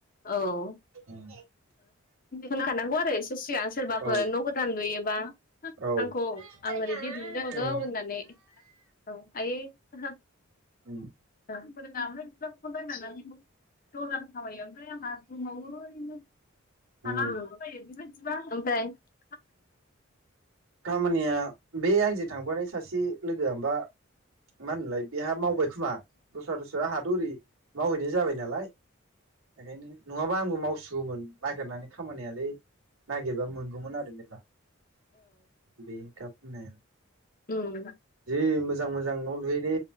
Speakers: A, on the left; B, on the right.
A: औ ओ
B: उम।
A: होनखानांगौ आरो एसे सिगां सोरबाफोर
B: औ
A: न' गोदान लुयो
B: औ उम
A: आंखौ आं ओरैदि दुमनांगौ होननानै औ आयै औ।
B: उम।
A: ओनफ्राइ बिसा फन रायलायनानै दरजाखौ खाबाय ओनफ्राइ आंहा दंबावो <unintelligible>
B: उम खामानिया बे आंजों थांफानाय सासे लोगोआबा मा होनोमोनलाय बेहा मावबाय खोमा दस्रा दस्रा आंहाथ ओरै मावहैनाय जाबाय नालाय बेखायनो नङाबा आंबो मावसिगौ मोन नागिरनानै खामानियालाय नागिरबा मोनगौमोन आरो मेरला। बे गाब <unintelligible>
A: उम्म।
B: जि मोजां मोजां न' लुयोलै